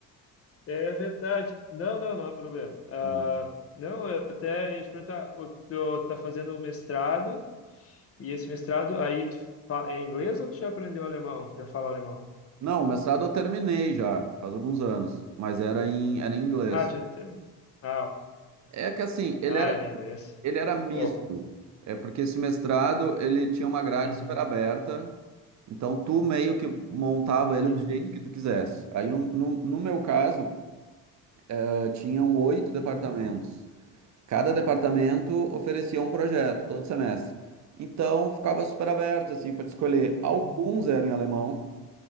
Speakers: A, on the left; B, on the right.
A: É verdade. Não, não, não há problema. Ah,
B: Uhum.
A: não, eu até ia te perguntar, o- tu tá fazendo o mestrado, e esse mestrado aí tu fa- é inglês ou tu já aprendeu alemão? Já fala alemão?
B: Não, o mestrado eu terminei já, faz alguns anos, mas era em, era em inglês.
A: Ah, já terminou. Ah, ok.
B: É que assim, ele
A: ah,
B: era,
A: era inglês.
B: ele era misto.
A: Pô,
B: É porque esse mestrado, ele tinha uma grade
A: uhum,
B: super aberta, então tu meio que montava ele
A: uhum,
B: do jeito que tu quisesse. Aí, no, no, no meu caso, eh, tinham oito departamentos.
A: uhum.
B: Cada departamento oferecia um projeto
A: Sim.
B: todo semestre. Então ficava super aberto assim para escolher.
A: Hum,
B: Alguns eram em alemão,